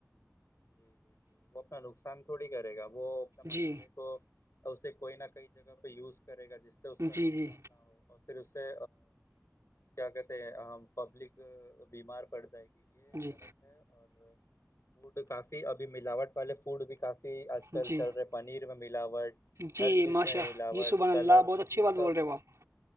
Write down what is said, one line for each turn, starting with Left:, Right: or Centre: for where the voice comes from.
Left: جی جی جی وہ اپنا نقصان تھوڑی کرے گا وہ اپنے مسالحے
Right: جی
Left: کو اور اسے کوئی نہ کہئی جگہ پہ یوز کرے گا جس سے اس
Right: جی
Left: کا نقصان
Right: جی
Left: نہ ہو اور پھر اس سے کیا کہتے ہیں ہم پبلک بیمار پڑ جائے گی یہ
Right: جی
Left: غلط ہے اور فوڈ کافی ابھی ملاوٹ والے فوڈ بھی کافی آج کل
Right: جی
Left: چل رہے پنیر میں ملاوٹ
Right: جی
Left: ہر چیز
Right: ماشا
Left: میں ملاوٹ
Right: جی سبحان اللہ
Left: کلر
Right: بہت اچھی
Left: یہ
Right: بات
Left: سب
Right: بول رہے ہو آپ